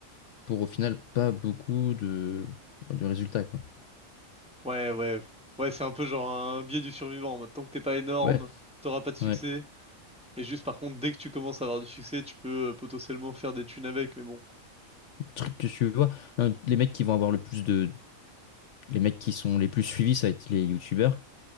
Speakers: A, on the left; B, in the centre.
A: pour au final pas beaucoup de, de résultats quoi.
B: Ouais, ouais. Ouais, c'est un peu genre un biais du survivant. en mode, Tant que t'es pas énorme,
A: Ouais,
B: t'auras pas de succès.
A: ouais.
B: Et juste par contre, dès que tu commences à avoir du succès, tu peux euh, potentiellement faire des thunes avec, mais bon.
A: Le truc que tu vois, hein, les mecs qui vont avoir le plus de, les mecs qui sont les plus suivis, ça va être les youtubers.